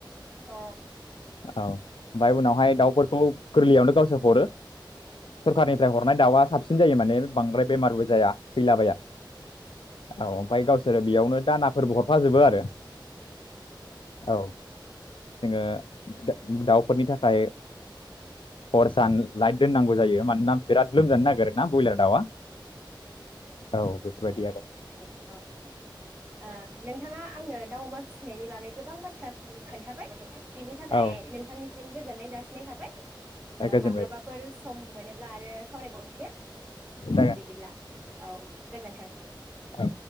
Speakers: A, on the right; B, on the left.
A: अ अ
B: औ ओमफाय उनावहाय दाउफोरखौ गोरलैयावनो गावसोर हरो सरखारनिफ्राय हरनाय दाउआ साबसिन जायो माने बांद्राय बेमारबो जाया थैलाबाया औ। गावसोरो बेयावनो दानाफोरबो हरफाजोबो आरो। औ जोङो दा दाउफोरनि थाखा फ्राय हर सान लाइट दोननांगौ जायो मानोना बिराद लोमजानो नागिरो। ना बयलार दाउआ? औ बेफोरबायदि आरो।
A: <unintelligible> ओ नोंथाङा आंनो दाउ अमा फिसिनायनि बागै गोबां बाथ्रा खोन्थाबाय। बिनि थाखाय
B: औ
A: नोंथांनिसिम गोजोननाय जासिनाय थाबाय। ओ
B: गोजोनबाय
A: माब्लाबाफोर
B: दे
A: सम मोनोब्ला आरो सावरायबावसिगोन
B: जागोन
A: दे बिदिब्ला औ गोजोन्थों।
B: औ।